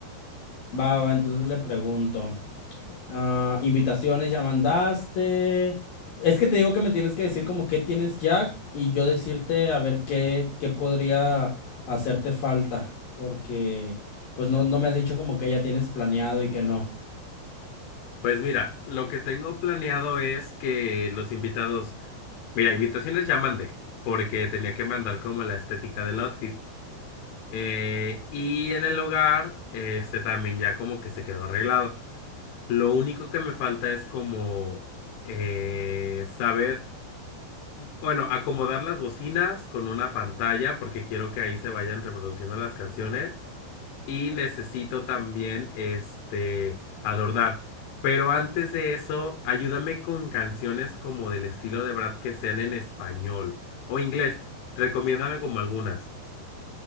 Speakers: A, on the left (about 55°); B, on the left (about 80°).
A: Va, va, entonces le pregunto. ah, invitaciones ya mandaste. Es que te digo que me tienes que decir como qué tienes ya y yo decirte a ver qué, qué podría hacerte falta. Porque pues no, no me has dicho como que ya tienes planeado y que no.
B: Pues mira, lo que tengo planeado es que los invitados... Mira, invitaciones ya mandé, porque tenía que mandar como la estética del outfit. Eh, y en el hogar, este también ya como que se quedó arreglado. Lo único que me falta es como eh, saber, bueno, acomodar las bocinas con una pantalla porque quiero que ahí se vayan reproduciendo las canciones y necesito también este adornar. Pero antes de eso, ayúdame con canciones como del estilo de Brad que sean en español o inglés. Recomiéndame como algunas.